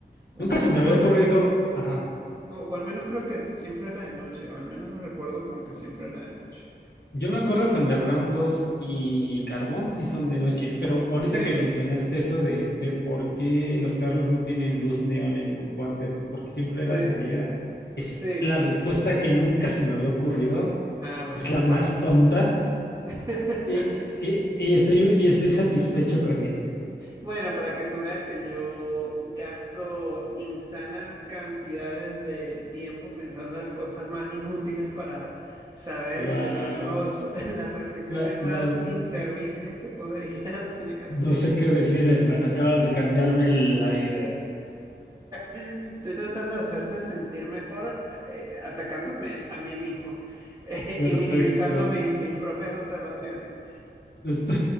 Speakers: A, on the right; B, on the left.
A: O
B: Nunca
A: al
B: se
A: menos,
B: me había ocurrido. Ajá.
A: o, o al menos creo que siempre era de noche. Al menos lo recuerdo como que siempre era de noche.
B: Yo me acuerdo que Underground 2 y Carbon sí son de noche, pero ahorita
A: Sí,
B: que mencionaste eso de, de por qué los carros no tienen luz neón en Most Wanted, porque siempre
A: sí,
B: era de día, es
A: sí.
B: la respuesta que nunca se me había ocurrido.
A: Ah, bueno,
B: Es la más
A: por...
B: tonta,
A: <laughs>
B: Y, y- y estoy, y estoy satisfecho con ella.
A: Bueno, para que tú veas que yo gasto insanas cantidades de tiempo pensando en las cosas más inútiles para saber
B: Guau.
A: y tener los, <laughs> las reflexiones
B: La-
A: más
B: la-
A: inservibles que podría <laughs> tener.
B: no sé qué decir, hermano. Acabas de cambiarme la vida.
A: Estoy tratando de hacerte sentir mejor, eh, atacándome a mí mismo, <laughs> eh,
B: Perfecto.
A: y minimizando mis mis propias observaciones.
B: Esto-